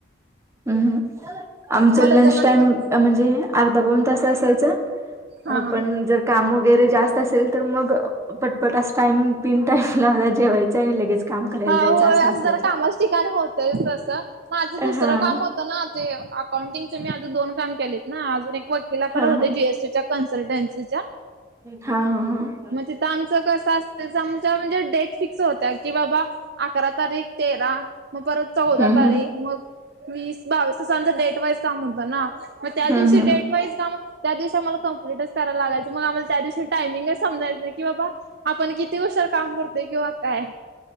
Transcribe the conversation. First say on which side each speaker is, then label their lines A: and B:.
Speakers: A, on the right (about 15°); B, on the right (about 60°).
A: हम्, हम, आमचं
B: मग
A: लंच
B: त्याच्यानंतर
A: टाइम,, म्हणजे अर्धा पाऊण तास असायच,
B: हा
A: पण जर काम वगैरे जास्त असेल तर मग पटपट अस टाइम, पिन टाईम लावला जेवायचा, आणि लगेच काम करायला
B: हा
A: जायचं
B: होय
A: असं असायचं,,
B: जरा कामाच ठिकाणी होतय तसं माझं दुसरं
A: हा
B: काम होतं ना ते अकाउंटिंगचे मी आज दोन काम केलेत ना अजून एक व गिकडे
A: हा
B: होते जीएसटी च्या कन्सल्टन्सीच्या
A: हा हा हा
B: मग तिथं आमचं कसं असच आमच्या म्हणजे डेट फिक्स होत्या की बाबा अकरा तारीख, तेरा, मग परत चौदा
A: हम्म हम्म
B: तारीख, मग वीस, बावीस आस आमचं डेट वाईज काम होतं ना,, मग त्या
A: हम्म
B: दिवशी
A: हम्म.
B: डेट वाईज काम त्या दिवशी आम्हाला कंप्लीटच कराय लागायंच,, मग आम्हाला त्या दिवशी टाइमिंगच समजायच नाही,, की बाबा आपण किती उषेर काम करतोय किंवा काय?